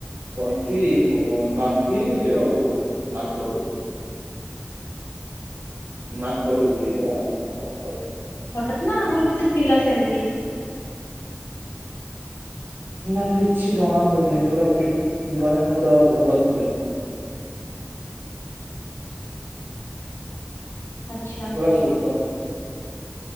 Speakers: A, on the right (about 80°); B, on the left (about 90°).
A: ତଣ୍ଟୀ ବ ବ ବାନ୍ତି ଆଉ ନାକରୁ। ନାକରୁ ଇଏ ବାହାରିଲା ରକ୍ତ।
B: ହଠତ୍ ନା ଆଗରୁ କିଛି ଥିଲା ସେମିତି?
A: ନା କିଛି ଜଣା ପଡୁନି ପୁରା ଫିଟ୍ ମାନେ ପୁରା ଭଲ ଥିଲେ।
B: ଆଚ୍ଛା
A: ପୁରା ସୁସ୍ଥ